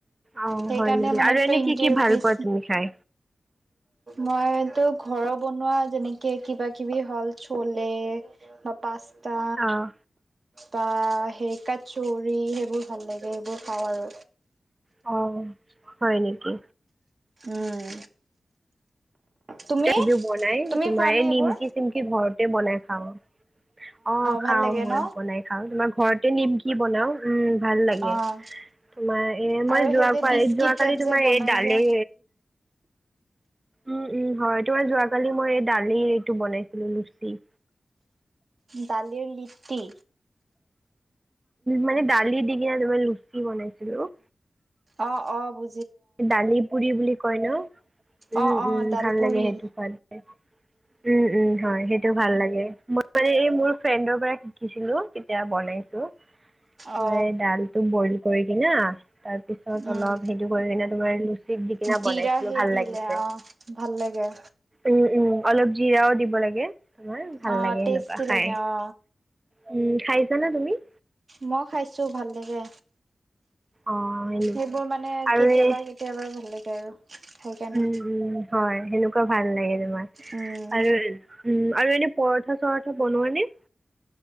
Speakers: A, on the right; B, on the right.
A: অঁ
B: সেইকাৰণে
A: হয় নেকি
B: মানে
A: আৰু এনেই
B: টুৱেন্টি
A: কি কি
B: ৰুপিচ
A: ভাল পোৱা তুমি খাই
B: মইতো ঘৰৰ বনোৱা যেনেকে কিবা কিবি হ'ল চলে বা পাস্তা,
A: অঁ
B: বা সেই কাচৌৰি সেইবোৰ ভাল লাগে সেইবোৰ খাওঁ আৰু।
A: অঁ হয় নেকি
B: উম। তুমি
A: কিবিও বনাই
B: তুমি
A: তোমাৰ
B: খোৱা নে
A: নিমকি-চিমকি
B: এইবোৰ
A: ঘৰতে বনাই খাওঁ। অ' খাওঁ
B: ভাল লাগে
A: মই
B: ন
A: বনাই খাওঁ, তোমাৰ ঘৰতে নিমকি বনাও উম। ভাল লাগে
B: অ
A: তোমাৰ এ
B: আৰু
A: মই
B: সেই
A: যোৱা,
B: যে
A: কি
B: বিস্কিট
A: যোৱাকালি
B: টাইপ
A: তোমাৰ
B: যে বনাই
A: এই দালে
B: যে
A: উম, উম হয় তোমাৰ যোৱাকালি মই এই দালি এইটো বনাইছিলো লুচি।
B: ডালিৰ লিপ্তি।
A: মানে ডালি দি কিনে তোমাৰ লুচি বনাইছিলো।
B: অহ', অহ' বু
A: দালি পুৰি বুলি কয় ন, উম
B: অ অ
A: উম
B: ডালপুৰি
A: ভাল লাগে সেইটো খোৱাদ যে। উম উম হয় সেইটো ভাল লাগে মই মানে এই মোৰ ফ্ৰেণ্ডৰ পৰা শিকিছিলো, তেতিয়া বনাইছো তোমাৰ
B: অ
A: এই ডালটো বইল কৰি কিনে তাৰপিছত
B: উম
A: অলপ হেটো কৰি কিনে তোমাৰ চিপ দি কিনি
B: জিৰা
A: বনাইছিলো
B: সেই
A: ভাল
B: দিলে
A: লাগিছে।
B: অ ভাল লাগে
A: উম উম অলপ জিৰাও দিব লাগে তোমাৰ ভাল
B: অ
A: লাগে,
B: টেষ্টি
A: সেনেকুৱা খাই।
B: লাগে অ
A: উম খাইছানে তুমি?
B: মই খাইছো ভাল লাগে।
A: অ' সেনেকুৱা
B: সেইবোৰ মানে
A: আৰু
B: কেতিয়াবা
A: এই
B: কেতিয়াবা ভাল লাগে আৰু। সেইকাৰণে
A: উম, উম হয়। সেনেকুৱা ভাল লাগে তোমাৰ
B: উম
A: আৰু উম আৰু এনে পৰঠা-চৰঠা বনোৱা নে?